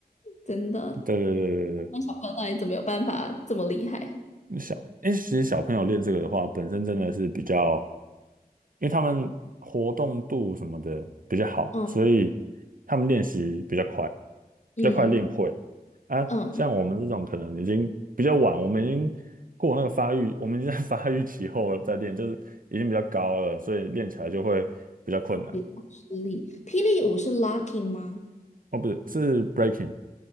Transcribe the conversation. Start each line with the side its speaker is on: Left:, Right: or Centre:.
Left: 真的，
Right: 对对对对
Left: 那小朋友到底怎么有办法这么厉害？
Right: 对，小，因为其实小朋友练这个的话，本身真的是比较。因为他们活动度什么的比较好，
Left: 嗯
Right: 所以他们练习比较快，
Left: 嗯
Right: 比较快练会。啊，
Left: 嗯。
Right: 像我们这种可能已经比较晚，我们已经过那个发育，我们已经在 <laughs> 发育期后了再练，就是已经比较高了，所以练起来就会比较困难。
Left: 霹雳，霹雳舞是 locking 吗？
Right: 哦，不是，是 breaking。